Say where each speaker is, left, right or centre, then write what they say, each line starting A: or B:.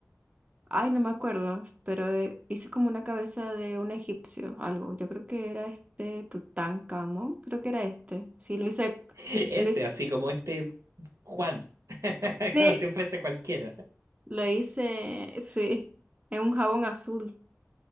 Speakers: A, on the right; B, on the right.
A: ay, no me acuerdo, pero eh, hice como una cabeza de un egipcio, algo. Yo creo que era este Tutankamón, creo que era este. Sí, lo hice,
B: <laughs> Este,
A: lo hice,
B: así como este Juan. <laughs>
A: sí,
B: Como si fuese cualquiera.
A: <laughs> lo hice, sí, en un jabón azul.